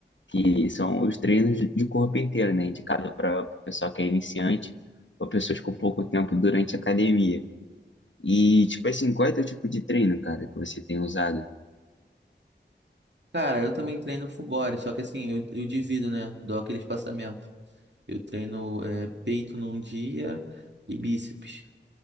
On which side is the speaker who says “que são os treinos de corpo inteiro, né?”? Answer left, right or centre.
Left